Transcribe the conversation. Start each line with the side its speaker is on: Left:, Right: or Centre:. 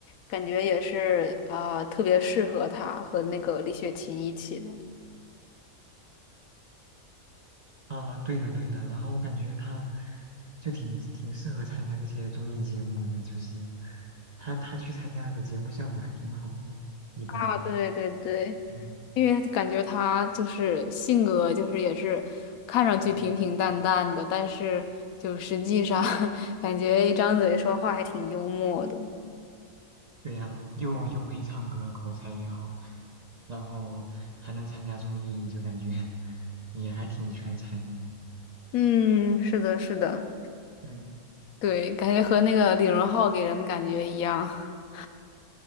Left: 感觉也是呃特别适合他和那个李雪琴一起的
Right: 啊，对的对的，然后我感觉他就挺挺适合参加这些综艺节目的，就是他他去参加的节目效果还挺好的，一般，
Left: 啊，对对对，
Right: 嗯
Left: 因为感觉他就是性格就是也是看上去平平淡淡的，
Right: 嗯，
Left: 但是就实际上 <laughs> 感觉一张嘴说话还挺幽默的。
Right: 对呀、又又会唱歌，口才也好，然后还能参加综艺，就感觉也还挺全才的，
Left: 嗯，是的，是的。
Right: 嗯，
Left: 对，感觉和那个李荣浩给人的感觉一样。<laughs>